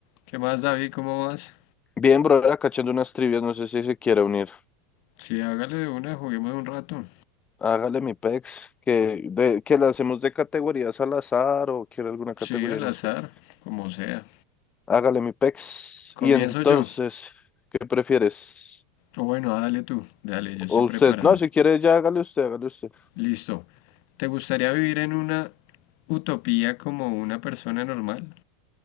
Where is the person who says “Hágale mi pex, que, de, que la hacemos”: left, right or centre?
Left